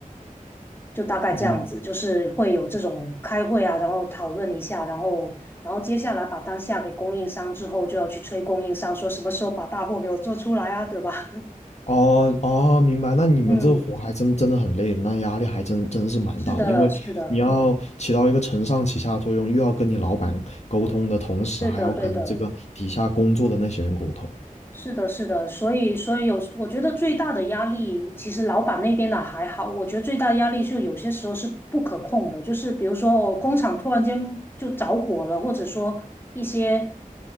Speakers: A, on the left; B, on the left.
A: 就大概这样子，
B: 明白。
A: 就是会有这种开会啊，然后讨论一下，然后然后接下来把单下给供应商之后，就要去催供应商说什么时候把大货给我做出来啊，对吧？
B: 哦哦，明白。那你们这活还真真的很累，
A: <laughs> 嗯，
B: 那压力还真真是蛮大的，
A: 是的，
B: 因为你要起到一个承上启下的作用，
A: 是的，
B: 又要跟你老板沟通的同时，
A: 对的，
B: 还要跟这个底下工作的那些人沟通。
A: 对的。是的，是的，所以，所以有，我觉得最大的压力，其实老板那边的还好，我觉得最大的压力就有些时候是不可控的，就是比如说，哦，工厂突然间就着火了，或者说一些，